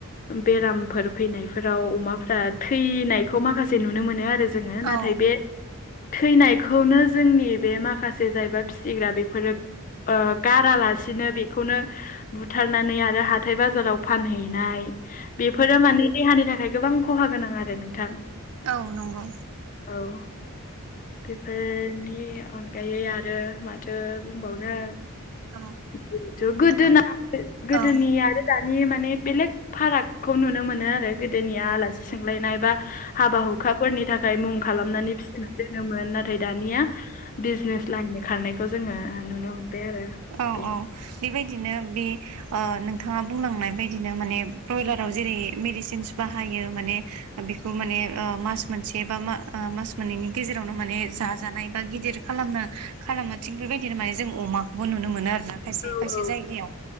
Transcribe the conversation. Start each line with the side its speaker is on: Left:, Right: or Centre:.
Left: बेरामफोर फैनाय फोराव अमाफोरा थैनायखौ माखासे नुनो मोनो आरो जोङो नाथाय
Right: औ
Left: बे थैनायखौनो जोंनि बे माखासे जायबा फिसिग्रा बेफोरो ओ गारालासिनो बेखौनो बुथारनानै आरो हाथाय बाजाराव फानहैनाय बेफोरो माने देहानि थाखाय गोबां खहा गोनां आरो नोंथां
Right: औ नंगौ
Left: औ बेफोरनि अनगायै आरो माथो बुंबावनो
Right: औ
Left: जिथु गोदोना
Right: आरो
Left: गोदोनि
Right: औ
Left: आरो दानि माने बेलेग फारागखौ नुनो मोनो आरो गोदोनिया आलासि सोंलायनाय बा हाबा हुखाफोरनि थाखाय मुं खालामनानै फिसिनाय दोनोमोन नाथाय दानिया बिजनेस लाइनजों खारनायखौ जोङो नुनो मोनबाय आरो
Right: औ
Left: बे
Right: औ बेबायदिनो बि अ नोंथाङा बुंलांनाय बायदिनो माने ब्रयलाराव जेरै मेडिसिनस बाहायो माने बेखौ माने ओ मास मोनसे बा मा मास मोननैनि गेजेरावनो माने जाजानाय बा गिदिर खालामना खालामो थिग बेबायदिनो माने जों अमा बो नुनो मोनो आरो ना खायसे
Left: औ
Right: खायसे
Left: औ
Right: जायगायाव